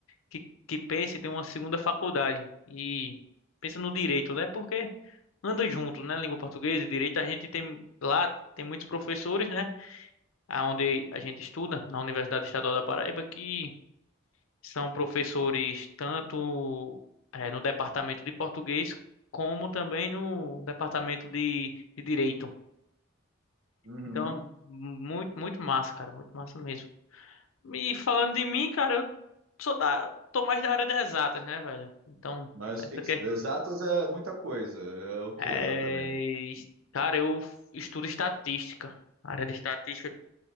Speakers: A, on the left; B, on the right.
A: que, que pensa em ter uma segunda faculdade. E pensa no direito, né? Porque anda junto, né? Língua portuguesa e direito, a gente tem lá tem muitos professores, né? Aonde a gente estuda na Universidade Estadual da Paraíba que são professores tanto eh, no departamento de português como também no departamento de, de direito.
B: Uhum.
A: Então, muito muito massa, cara, muito massa mesmo. E falando de mim, cara, eu sou da tô mais da área das exatas, né, velho? Então,
B: Mas
A: essa
B: que que-
A: questão
B: exatas é muita coisa. É o que
A: é,
B: exatamente?
A: cara, eu estudo estatística. A área de estatística